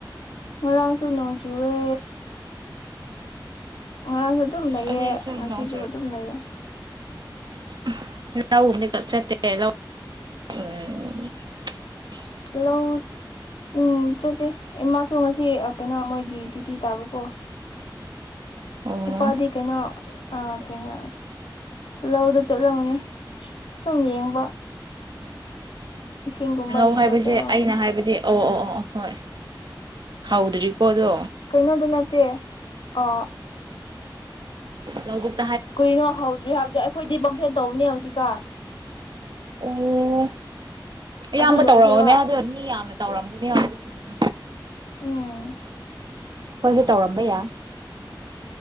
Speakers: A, on the left; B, on the right.
A: ꯉꯔꯥꯡꯁꯨꯨ ꯅꯣꯡ ꯆꯨꯋꯦ ꯉꯔꯥꯡꯁꯨ ꯑꯗꯨꯝ ꯅꯩꯑꯦ
B: ꯑꯁꯤꯁꯦ
A: ꯉꯥꯁꯤꯁꯨ
B: ꯅꯣꯡꯆꯨ
A: ꯑꯗꯨꯝ ꯂꯩꯑꯦ
B: <unintelligible>
A: ꯂꯥꯎꯠ ꯎꯝ ꯆꯠꯇꯦ ꯏꯃꯥꯁꯨ ꯉꯥꯁꯤ ꯀꯩꯅꯣ ꯃꯣꯏꯒꯤ ꯗ꯭ꯌꯨꯇꯤ ꯇꯥꯕꯀꯣ
B: ꯑꯣ
A: ꯏꯄꯥꯗꯤ ꯀꯩꯅꯣ ꯑ ꯀꯩꯅꯣ ꯂꯧꯗ ꯆꯠꯂꯝꯒꯅꯤ ꯁꯨꯝ ꯌꯦꯡꯕ ꯏꯁꯤꯡꯒꯨꯝꯕ
B: ꯔꯧ
A: ꯌꯦꯡꯕ
B: ꯍꯥꯏꯕꯁꯦ
A: ꯆꯠꯔꯝꯒꯅꯤ
B: ꯑꯩꯅ ꯍꯥꯏꯕꯗꯤ ꯑꯣ ꯑꯣ ꯑꯣ ꯍꯣꯏ ꯍꯧꯗ꯭ꯔꯤꯀꯣ ꯑꯗꯣ
A: ꯀꯩꯅꯣꯗ ꯅꯠꯇꯦ ꯑ
B: ꯂꯧꯕꯨꯛ
A: ꯀꯨꯔꯤꯅꯣ ꯍꯧꯗ꯭ꯔꯤ ꯍꯥꯏꯕꯗꯨ ꯑꯩꯈꯣꯏꯗꯤ ꯕꯐꯦꯟ ꯇꯧꯕꯅꯦ ꯍꯧꯖꯤꯛꯀꯟ
B: ꯑꯣ ꯑꯌꯥꯝꯕ
A: ꯑꯗꯨ ꯂꯣꯏꯈ꯭ꯔꯦꯕ
B: ꯇꯧꯔꯛꯑꯣꯅꯦ ꯑꯗꯨ ꯃꯤ ꯌꯥꯝꯅ ꯇꯧꯔꯝꯒꯅꯤ ꯍꯣꯏ ꯑꯗꯨꯒꯨꯝꯕꯗꯣ
A: ꯎꯨꯝ
B: ꯍꯣꯏꯁꯨ ꯇꯧꯔꯝꯕ ꯌꯥꯏ